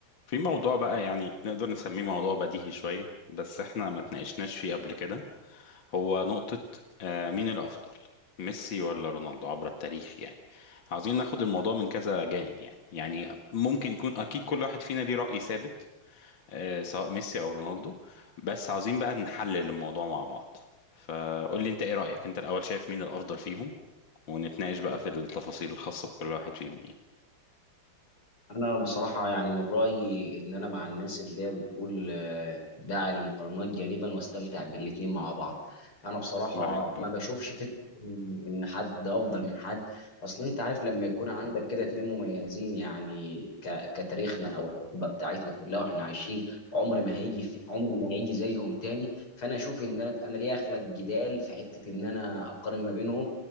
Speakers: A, on the left; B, on the left.
A: في موضوع بقى يعني نقدر نسميه موضوع بديهي شوية بس احنا ما تناقشناش فيه قبل كده هو نقطة آه، مين الأفضل ميسي ولا رونالدو عبر التاريخ يعني عاوزين ناخد الموضوع من كذا جانب يعني يعني ممكن يكون أكيد كل واحد فينا ليه رأي ثابت آه، سواء ميسي أو رونالدو بس عاوزين بقى نحلل الموضوع مع بعض فقول لي انت ايه رأيك انت الأول شايف مين الأفضل فيهم ونتناقش بقى في التفاصيل الخاصة بكل واحد فيهم يعني
B: انا بصراحه يعني من رايي ان انا مع الناس اللي هي بتقول آه، دع المقارنات جانبا واستمتع بالاتنين مع بعض انا بصراحه
A: معاك برضو
B: ما بشوفش فكره ان إن حد افضل من حد اصل انت عارف لما يكون عندك كده اتنين مميزين يعني ك- كتاريخنا او الحقبه بتاعتنا كلها واحنا عايشين عمر ما هيجي في عمر ما هيجي زيهم تاني فانا اشوف ان انا أنا ليه اخلق جدال في حته ان انا اقارن ما بينهم